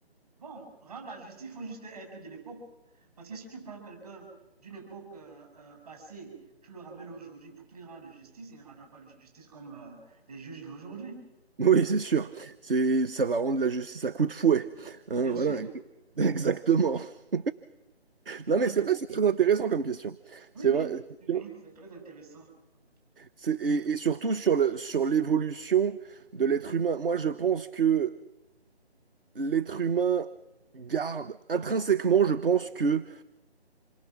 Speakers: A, on the right (about 35°); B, on the right (about 55°).
A: Bon, rendre la justice, il faut juste être de l'époque. Parce que si tu prends quelqu'un d'une époque euh, euh, passée, tu le ramènes aujourd'hui pour qu'il rende justice, il ne rendra pas la justice comme euh, les juges d'aujourd'hui.
B: Oui, c'est sûr. C'est, ça va rendre la justice à coup de fouet. Hein,
A: Bien
B: voilà.
A: sûr.
B: <laughs> Exactement. <laughs> Non, mais
A: En
B: c'est
A: plus-
B: vrai, c'est très intéressant comme question.
A: oui,
B: C'est
A: oui,
B: vrai. effectivement.
A: oui, oui, c'est très intéressant.
B: C'est-
A: Très intéressant.
B: Et, et surtout sur le, sur l'évolution de l'être humain. Moi, je pense que l'être humain garde, intrinsèquement, je pense que